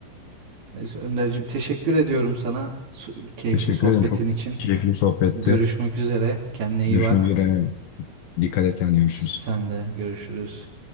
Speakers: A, on the right; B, on the left.
A: Neyse Önderciğim teşekkür ediyorum sana su- keyifli
B: Teşekkür
A: sohbetin
B: ederim çok
A: için.
B: keyifli bir sohbetti.
A: Görüşmek üzere. Kendine iyi
B: Görüşmek
A: bak.
B: üzere. Dikkat et kendine görüşürüz.
A: Sen de görüşürüz.